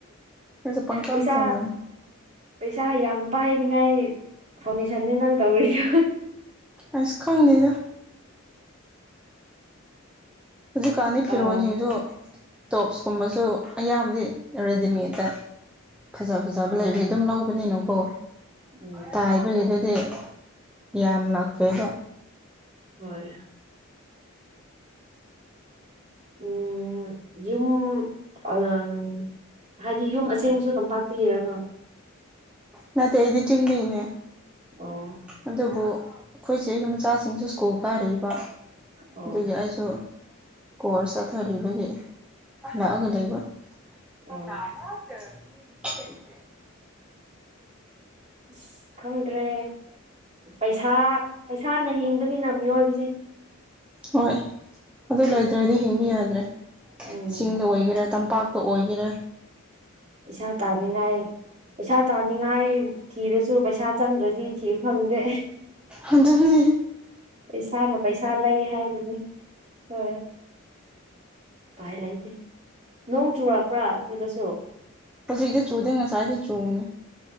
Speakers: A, in the centre; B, on the right.
A: ꯅꯁꯨ ꯄꯪꯇꯝ
B: ꯄꯩꯁꯥ
A: ꯇꯝꯃꯤꯅꯦ꯫
B: ꯄꯩꯁꯥ ꯌꯥꯝ ꯄꯥꯏꯅꯤꯉꯥꯏ ꯐꯥꯎꯟꯗꯦꯁꯟꯅꯅꯤꯦ ꯅꯪ ꯇꯧꯔꯤꯗꯨ꯫
A: ꯑꯁ ꯈꯪ ꯗꯦꯗ꯫ ꯍꯧꯖꯤꯛꯀꯥꯟꯗꯤ ꯐꯤꯔꯣꯟꯜꯁꯤꯡꯁꯨ
B: ꯑꯥ
A: ꯇꯣꯞꯁꯀꯨꯝꯕꯁꯨ ꯑꯌꯥꯝꯕꯗꯤ ꯔꯦꯗꯤꯃꯦꯠꯇ꯫ ꯐꯖ ꯐꯖꯕ
B: ꯑꯣ
A: ꯂꯩꯕꯒꯤ ꯑꯗꯨꯝ ꯂꯧꯕꯅꯤꯅꯀꯣ
B: ꯎꯝ
A: ꯇꯥꯏꯕꯒꯤꯗꯨꯗꯤ꯫ ꯌꯥꯝꯂꯥꯛꯇ꯭ꯔꯦꯕ꯫
B: ꯑꯣꯏ꯫ ꯎꯝ ꯌꯨꯝ ꯎꯔ <unintelligible> ꯍꯥꯏꯗꯤ ꯌꯨꯝ ꯑꯁꯦꯡꯕꯁꯨ ꯇꯝꯄꯥꯛꯇꯒꯤꯔꯥ ꯅꯪ꯫
A: ꯅꯠꯇꯦ ꯑꯩꯗꯤ ꯆꯤꯡꯗꯩ ꯅꯦ
B: ꯑꯣ
A: ꯑꯗꯨꯕꯨ꯫ ꯑꯩꯈꯣꯏ ꯆꯦꯒꯤ ꯃꯆꯥꯁꯤꯡꯁꯨ ꯁ꯭ꯀꯨꯜ ꯀꯥꯔꯤꯕ
B: ꯑꯣ
A: ꯑꯗꯨꯒꯤ ꯑꯩꯁꯨ꯫ ꯀꯣꯔꯁ ꯆꯠꯊꯔꯤꯕꯒꯤ ꯂꯥꯛꯑꯒ ꯂꯩꯕ꯫ <unintelligible>
B: ꯑꯣ ꯑꯁ ꯈꯪꯗ꯭ꯔꯦ ꯄꯩꯁꯥ ꯄꯩꯁꯥꯅ ꯍꯤꯡꯕꯅꯤꯅ ꯃꯤꯑꯣꯏꯕꯁꯦ꯫
A: ꯍꯣꯏ ꯑꯗꯨ ꯂꯩꯗ꯭ꯔꯗꯤ ꯍꯤꯡꯕ ꯌꯥꯗ꯭ꯔꯦ
B: ꯎꯝ
A: ꯆꯤꯡꯗ ꯑꯣꯏꯒꯦꯔꯥ ꯇꯝꯄꯥꯛ꯫ ꯇꯥ ꯑꯣꯏꯒꯦꯔꯥ꯫
B: ꯄꯩꯁꯥ ꯇꯥꯅꯤꯡꯉꯥꯏ꯫ ꯄꯩꯁꯥ ꯇꯥꯅꯤꯡꯉꯥꯏ ꯊꯤꯔꯁꯨ ꯄꯩꯁꯥ ꯆꯪꯗ꯭ꯔꯗꯤ ꯊꯤꯕ ꯐꯪꯗꯦ꯫
A: ꯑꯗꯨꯅꯤ
B: ꯄꯩꯁꯥꯅ ꯄꯩꯁꯥ ꯂꯩ ꯍꯥꯏꯕꯗꯨꯅꯤ꯫ ꯎꯝ ꯎꯄꯥꯏ ꯂꯩꯇꯦ ꯅꯣꯡ ꯆꯨꯔꯛꯄ꯭ꯔꯥ ꯑꯗꯨꯗꯁꯨ꯫
A: ꯍꯧꯖꯤꯛꯗꯤ ꯆꯨꯗꯦ ꯉꯁꯥꯏꯗꯤ ꯆꯨꯕꯅꯤ